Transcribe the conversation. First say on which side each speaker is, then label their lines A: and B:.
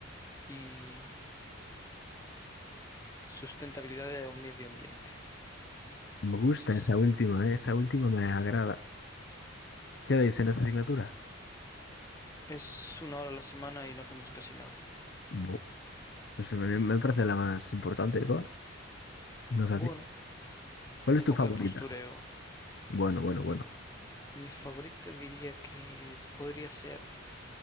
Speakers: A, on the left; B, on the left.
A: y sustentabilidad de un medio ambiente.
B: <laughs> me gusta
A: Esas.
B: esa última, ¿eh? Esa última me agrada. ¿Qué dais en esa asignatura?
A: Es una hora a la semana y no hacemos casi nada.
B: Bu, Pues me, me parece la más importante de todas. No sé
A: Bueno,
B: a ti. ¿Cuál es
A: un
B: tu
A: poco
B: favorita?
A: de postureo.
B: Bueno, bueno, bueno.
A: Mi favorita diría que podría ser